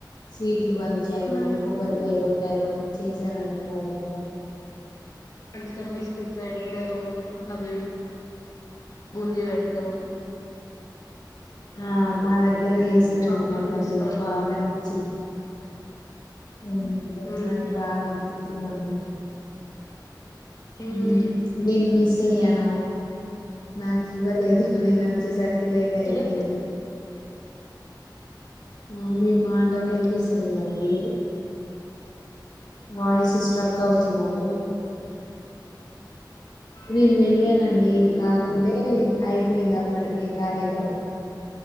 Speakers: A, on the left; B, on the left.
A: స్వీట్ ట్లు పంచారు
B: ఉమ్
A: కొబ్బరికాయ కొట్టారు చేసారండి మా దగ్గర
B: మంచిరల్ బిస్కెట్ ఎడ్ తారు అవి బూంది పెడతారు
A: ఆ మా దగ్గర చేసారండి
B: చాక్లెట్లు
A: మా గల్లీలో
B: ఇస్తారు
A: బాగా అనిపించింది. ఆ
B: ఉమ్,
A: నాకు బాగా అనిపించింది అండి
B: ఉమ్,
A: హ్మ్మ్ నేను మీస్ చెయను నాకు ఇవ్వలేదు నేను వచ్చేసరికి లేట్ అయిపోయింది.
B: ఎలా
A: ఆ మీ మాట వినిపిస్తలేదండీ
B: వెళ్ళాలి?
A: వాయిస్ స్ట్రక్ అవుతుందండి నేను వెళ్ళానండి కాకుంటే అయిపోయింది అప్పటికే కార్యక్రమం